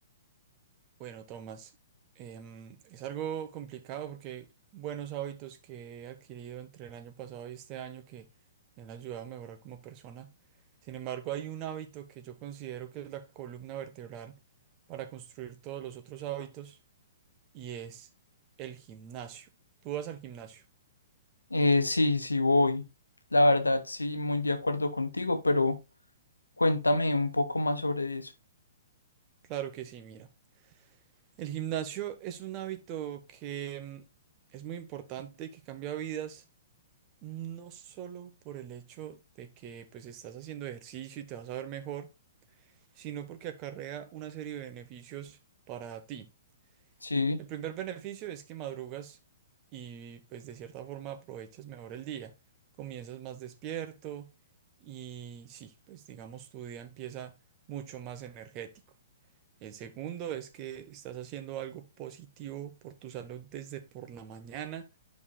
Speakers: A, on the right; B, on the left.
A: Bueno, Tomás, em, es algo complicado porque buenos hábitos que he adquirido entre el año pasado y este año que me han ayudado a mejorar como persona. Sin embargo, hay un hábito que yo considero que es la columna vertebral para construir todos los otros hábitos y es el gimnasio. ¿Tú vas al gimnasio?
B: Eh, sí, sí voy. La verdad, sí, muy de acuerdo contigo, pero cuéntame un poco más sobre eso.
A: Claro que sí, mira. El gimnasio es un hábito que em, es muy importante y que cambia vidas No solo por el hecho de que pues estás haciendo ejercicio y te vas a ver mejor, sino porque acarrea una serie de beneficios para ti.
B: Sí,
A: El primer beneficio es que madrugas y pues de cierta forma aprovechas mejor el día, comienzas más despierto y sí, pues digamos tu día empieza mucho más energético. El segundo es que estás haciendo algo positivo por tu salud desde por la mañana,